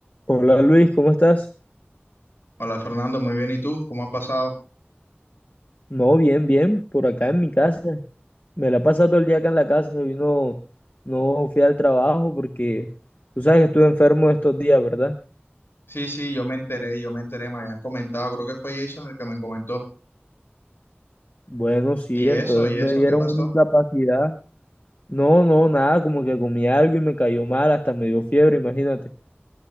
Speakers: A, on the left; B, on the left.
A: Hola Luis, ¿cómo estás?
B: Hola Fernando, muy bien. ¿Y tú? ¿Cómo has pasado?
A: No, bien, bien, por acá en mi casa. Me la he pasado todo el día acá en la casa. Hoy no, no fui al trabajo porque tú sabes que estuve enfermo estos días, ¿verdad?
B: Sí, sí, yo me enteré, yo me enteré, me habían comentado, creo que fue Jason el que me comentó.
A: Bueno, sí,
B: ¿Y eso?
A: entonces
B: ¿Y
A: me
B: eso?
A: dieron
B: ¿Qué pasó?
A: una incapacidad. No, no, nada, como que comí algo y me cayó mal, hasta me dio fiebre, imagínate.